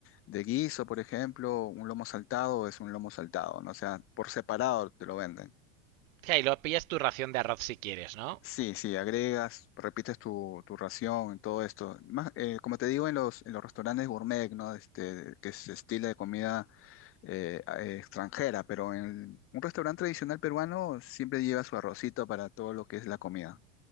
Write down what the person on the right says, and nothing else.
Y ahí lo pillas tu ración de arroz si quieres, ¿no?